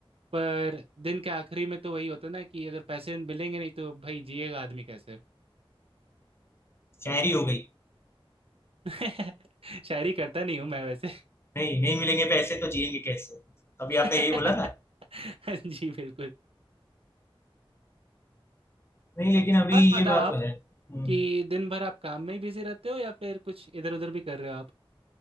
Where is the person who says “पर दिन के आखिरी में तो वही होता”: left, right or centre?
Right